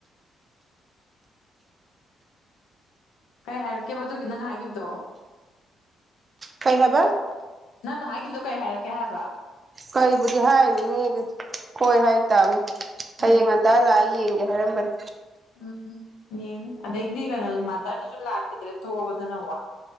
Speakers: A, on the left (about 85°); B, on the right (about 35°).
A: ꯀꯩ ꯍꯥꯏꯔꯛꯀꯦꯕ ꯑꯗꯨꯒꯤ ꯅꯪ ꯍꯥꯏꯈꯤꯕꯗꯣ
B: ꯀꯩꯍꯕ
A: ꯅꯪꯅ ꯍꯥꯏꯈꯤꯕꯗꯣ ꯀꯔꯤ ꯍꯥꯏꯔꯛꯀꯦ ꯍꯥꯏꯕ
B: ꯀꯔꯤꯕꯨꯗꯤ ꯍꯥꯏꯔꯨꯅꯦ ꯍꯣꯏ ꯍꯥꯏꯇꯥꯥꯔꯃꯤ ꯍꯌꯦꯡ
A: ꯎꯝ
B: ꯉꯟꯇꯥ ꯂꯥꯛꯏ ꯌꯦ ꯌꯦꯦ ꯍꯔꯝꯕꯔ
A: ꯎꯝ ꯌꯦꯡꯉ ꯑꯗꯒꯤꯗꯤ ꯀꯩꯅꯣ ꯃꯥꯇꯔꯗꯨꯁꯨ ꯂꯥꯛꯈꯤꯗ꯭ꯔꯦ ꯊꯣꯛꯑꯕꯗꯨꯅ ꯑꯃꯨꯛ